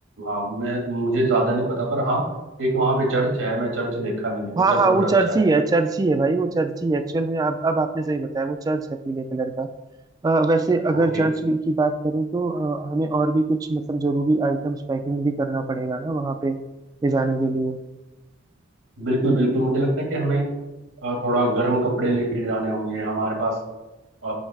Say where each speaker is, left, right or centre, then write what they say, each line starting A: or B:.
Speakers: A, on the right; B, on the right.
A: हाँ मैं मुझे ज्यादा नहीं पता पर हाँ एक वहाँ पे चर्च है मैं चर्च देखा मैंने वो
B: हाँ
A: चर्च
B: हाँ वो
A: बड़ा
B: चर्च
A: अच्छा
B: ही
A: है
B: है चर्च ही है भाई वो चर्च ही है एक्चुअल में अब अब आपने सही बताया वो चर्च है पीले कलर का अ, वैसे अगर
A: ओके
B: चर्च की बात करें तो अ, हमें और भी कुछ मतलब जरूरी आइटम्स पैकिंग भी करना पड़ेगा ना वहाँ पे ले जाने के लिए
A: बिल्कुल बिल्कुल मुझे लगता है कि हमें अ, थोड़ा गर्म कपड़े लेके जाने होंगे हमारे पास अ,